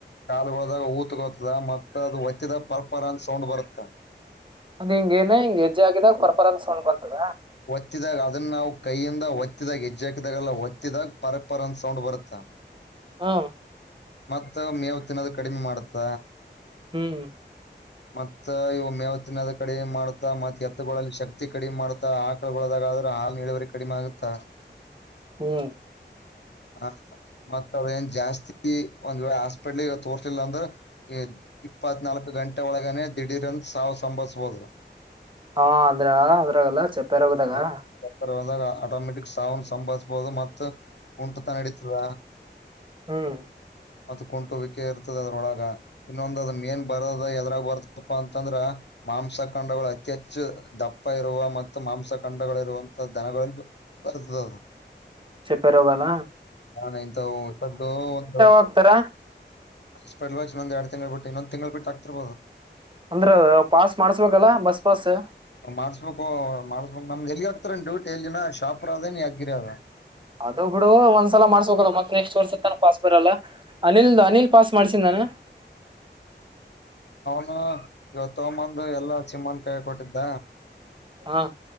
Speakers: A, on the left; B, on the right.
A: ಕಾಲುಗೊಳದಾಗ ಊತ್ಗೋತದ ಮತ್ತ ಅದ ಒತ್ತಿದಾಗ ಪರ್ಪರ್ ಅಂತ ಸೌಂಡ್ ಬರತ್ತ.
B: ಅದ ಹಿಂಗ ಏನ ಹೆಜ್ಜೆ ಹಾಕಿದಾಗ ಪರ್ಪರ ಅಂತ ಸೌಂಡ್ ಬರ್ತದ.
A: ಒತ್ತಿದಾಗ ಅದನ್ನ ನಾವ ಕೈಯಿಂದ ಒತ್ತಿದಾಗ ಹೆಜ್ಜಿಹಾಕಿದಾಗಲ್ಲ ಒತ್ತಿದಾಗ ಪರ ಪರ ಅಂತ ಸೌಂಡ್ ಬರುತ್ತ. ಹ
B: ಹ್ನ.
A: ಮತ್ತ ಮೇವ ತಿನ್ನದ ಕಡಿಮ ಮಾಡ್ತದ.
B: ಹ್ಮ.
A: ಮತ್ತ ಇವ ಮೇವತಿನ್ನದ ಕಡೆ ಮಾಡ್ತಾ ಮತ್ತ ಎತ್ತಗಳಲ್ಲಿ ಶಕ್ತ ಕ್ತಿ ಕಡಿಮ ಮಾಡತ್ತಾ ಆಕಳಗೊಳದಾಗರೂ ಹಾಲ ಇಳುವರಿ ಕಡಿಮ ಆಗತ್ತಾ.
B: ಹ್ಮ.
A: ಹಾ ಮತ್ತ ಅದೇನ್ ಜಾಸ್ತಿ ಈ ಒಂದ ವೇಳೆ ಹಾಸ್ಪಿಟಲ್ಗ ತೋರ್ಸಲ್ಲ ಅಂದ್ರೆ ಇಪ್ಪತ್ನಾಲ್ಕ ಗಂ ಟ ಒಳಗನೆ ದಿಢೀರನ್ ಸಾವ್ ಸಂಭಸ್ಬದ.
B: ಹಾ ಅದ್ರ ಅದ್ರಾಗಲ್ಲ ಚಪ್ಪರೋಗದಾಗ
A: ಹ ಹೋದಾಗ ಆಟೋಮೆಟಿಕ್ ಸಾವ ಸಂಭವಸಬದು ಮತ್ತ್ ಕುಂಟತಾ ನಡೀತದ.
B: ಹ್ಮ್
A: ಅದ ಕುಂಟುವಿಕೆ ಇರ್ತದ ಅದ್ರೊಳಗ ಇನ್ನೊಂದ ಅದ್ನ ಮೇನ್ ಬರ ಎದರಾಗ ಬರ್ತಪ್ಪ ಅಂತಂದ್ರ ಮಾಂಸಖಂಡಗಳ ಅತಿ ಹೆಚ್ಚು ದಪ್ಪ ಇರುವ ಮತ್ತು ಮಾಂಸ ಕ ಖಂಡಗಳ ಇರುವಂತ ದನಗಳ ಬರ್ತದ ಅದ.
B: ಚಪರ ಅವಾಲ
A: ಅವ್ನ್ ಎಂತಹೋ ಸದ್ದು ಅ
B: ಹಾಕ್ತಾರ
A: <unintelligible> ಎಡ ತಿಂಗಳ ಬಿಟ್ಟ ಇನ್ನೊಂದ ತಿಂಗಳು ಬಿಟ್ಟ ಹಾಕ್ತಿರಬೋದ.
B: ಅಂದ್ರ ಪಾಸ್ ಮಾಡ್ಸ್ಬೇಕಲ್ಲ ಬಸ್ ಪಾಸ್
A: ಮಾರ್ಸಬೇಕ ಮಾರಸ ಬೇಕ ಎಲ್ಲಿ ಹಾ ಹತ್ರ ಡ್ಯೂಟಿ ಎಲ್ಲಿನ ಶಾಪುರ ಅದ ಏನ್ ಯಗಿರದ
B: ಅದು ಬಿಡು ಒಂದ್ಸಲ ಮಾಡ್ಸ ಬೇಕಲ್ಲ ಮತ್ತ ನೆಕ್ಸ್ಟ್ ವರ್ಷ ತನ ಪಾಸ್ ಬರಲ್ಲ. ಅನಿಲ್ದ ಅನಿಲ್ ಪಾಸ್ ಮಾಡ್ಸಿದನ
A: ಹ ಇವತ್ತ ತುಂಬೊಂದ ಎಲ್ಲಾ ಸಿಮ್ಮ ಕೈಯಾಗ ಕೊಟ್ಟಿದ್ದ.
B: ಹ್ಞಾ.